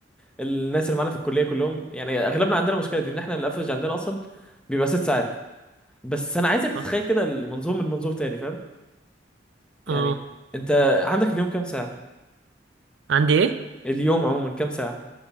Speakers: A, in the centre; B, on the right.
A: والناس اللي معانا في الكليه كلهم يعني اغلبنا عندنا المشكله دي ان احنا الافرج عندنا اصلا بيبقى ست ساعات بس انا عايزك تتخيل
B: اه
A: كده المنظور من منظور تاني فاهم؟ يعني
B: آه.
A: انت عندك اليوم كام ساعه؟
B: عندي ايه
A: اليوم عموما كام ساعه؟